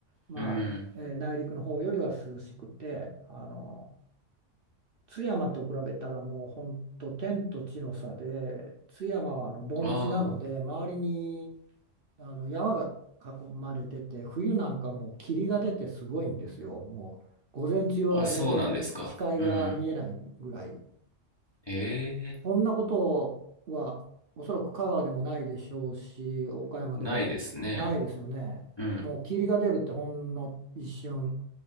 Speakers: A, on the right; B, on the left.
A: まあ、
B: うん。
A: えー内陸の方よりは涼しくて、あの、津山と比べたらもう本当天と地の差で、津山はあの盆地なので、
B: あ
A: 周りにあの山が囲まれてて冬なんかもう霧が出てすごいんですよもう午前中は全然視界が見えないぐらい
B: あ、あ、そうなんですか。うん。へえ、
A: そんなことはおそらく香川でもないでしょうし岡山でもないですよねもう霧が出るってほんの一瞬
B: ないですね。うん、